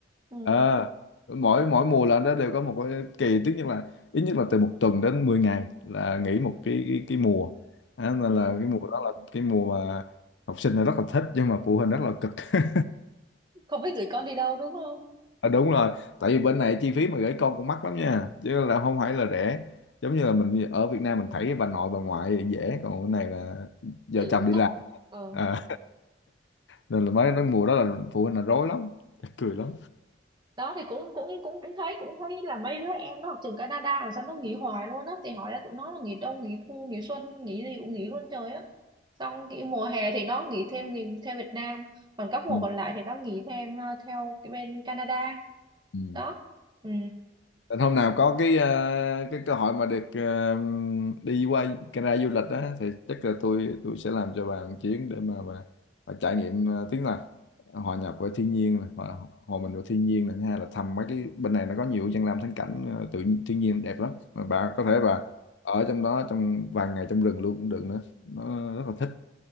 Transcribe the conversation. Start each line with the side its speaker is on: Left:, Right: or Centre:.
Right: ừ
Left: Ờ, mỗi mỗi mùa là nó đều có một cái kỳ tức nhất là ít nhất là từ một tuần đến 10 ngày là nghỉ một cái cái, cái mùa Đó, nên
Right: ừ.
Left: là cái mùa đó là cái mùa mà học sinh là rất là thích nhưng mà phụ huynh rất là cực <laughs>
Right: không biết gửi con đi đâu đúng không
Left: à, đúng rồi tại vì bên này chi phí mà gửi con cũng mắc lắm nha chứ là không phải là rẻ giống như là mình ở Việt Nam mình thấy bà nội bà ngoại dễ còn bên này là vợ
Right: tự
Left: chồng
Right: tự
Left: đi
Right: túc
Left: làm
Right: ờ
Left: Ờ. nên là mấy cái mùa đó là phụ huynh là rối lắm <laughs> Chắc cười lắm
Right: đó thì cũng cũng cũng cũng thấy cũng thấy là mấy đứa em nó học trường Canada mà sao nó nghỉ hoài luôn á thì hỏi là tụi nó là nghỉ đông nghỉ thu nghỉ xuân nghỉ gì cũng nghỉ luôn trời á xong cái mùa hè thì nó nghỉ thêm nghỉ theo Việt Nam còn các mùa
Left: ừ.
Right: còn lại thì nó nghỉ thêm ờ, theo cái bên Canada
Left: Ừ.
Right: đó ừ.
Left: Nên hôm nào có cái ờ, cái cơ hội mà được ờ, đi qua Canada du lịch á thì chắc là tôi tôi sẽ làm cho bà một chuyến để mà bà, bà trải nghiệm ờ, tiếng là hòa nhập với thiên nhiên này, hòa, hòa mình với thiên nhiên này thứ hai là thăm mấy cái bên này nó có nhiều danh lam thắng cảnh ờ, tự thiên nhiên đẹp lắm mà bà có thể
Right: Ừ.
Left: bà ở trong đó trong vài ngày trong rừng luôn cũng được nữa nó rất là thích